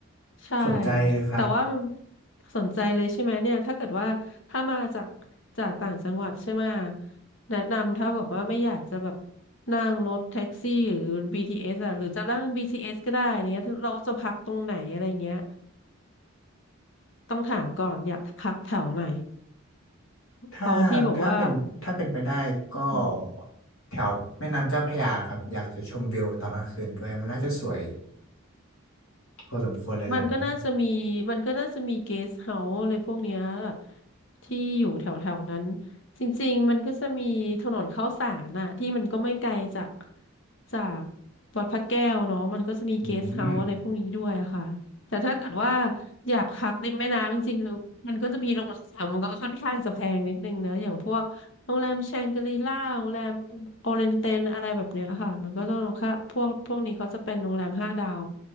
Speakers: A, on the left; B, on the left.
A: ใช่
B: สนใจเลยครับ
A: แต่ว่ามันสนใจเลยใช่ไหมเนี่ยถ้าเกิดว่าถ้ามาจากจากต่างจังหวัดใช่ไหมแนะนำถ้าแบบว่าไม่อยากจะแบบนั่งรถแท็กซี่หรือ BTS อ่ะหรือจะนั่ง BTS ก็ได้เนี้ยเราจะพักตรงไหนอะไรเงี้ยต้องถามก่อนอยากพักแถวไหน
B: ถ้าถ้าเป็นถ้าเป็นไปได้ก็
A: เอาที่แบบว่าอืม
B: แถวแม่น้ำเจ้าพระยาครับอยากจะชมวิวตอนกลางคืนด้วยมันน่าจะสวยพอสมควรเลยแหละมั้ง
A: มันก็น่าจะมีมันก็น่าจะมีเกสเฮาส์อะไรพวกเนี้ยที่อยู่แถวแถวนั้นจริงๆมันก็จะมีถนนข้าวสารน่ะที่มันก็ไม่ไกลจากจากวัดพระแก้วเนาะมันก็จะมีเกสเฮาส์อะไรพวกนี้ด้วยอะค่ะแต่ถ้าเกิดว่า
B: อืม
A: อยากพักริมแม่น้ำจริงๆแล้วมันก็จะมีโรงแรมมันก็ค่อนข้างจะแพงนิดนึงเนอะอย่างพวก โรงแรมแชงกรีล่าโรงแรมโอเรนเตนอะไรแบบเนี้ยค่ะมันก็จะราคาพวกพวกนี้เขาจะเป็นโรงแรมห้าดาว